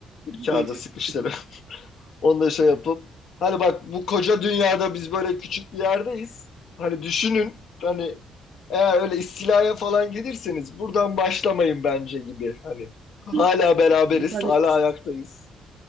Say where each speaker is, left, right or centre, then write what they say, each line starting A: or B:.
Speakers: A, on the left; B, on the right.
A: bir
B: <laughs>
A: kağıda sıkıştırın. Onu da şey yapıp hani bak bu koca dünyada biz böyle küçük bir yerdeyiz. Hani düşünün hani eğer öyle istilaya falan gelirseniz buradan başlamayın bence gibi. Hani hala
B: Şey,
A: beraberiz,
B: bir tane
A: hala ayaktayız.